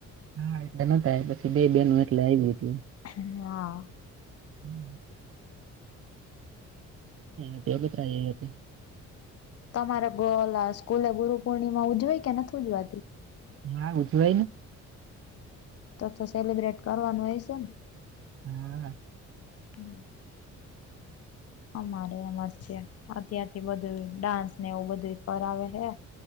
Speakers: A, on the right (about 50°); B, on the left (about 55°).
A: હા એ ન થાય પછી બે બેન એટલે આવી ગ હ
B: હા.
A: હમ. હતી બ હતી.
B: તમારે <unintelligible> સ્કૂલે ગુરુ પૂર્ણિમા ઉજવા કે નથી ઉજવાતી.
A: હા ઉછુંવાય ને.
B: તો તો સેલિબ્રેટ કરવાનું હોય છે ને.
A: હમ.
B: હ. અમારે એમ જ છે અત્યારથી બધું ડાન્સ ને એવું બધું કરાવે હે.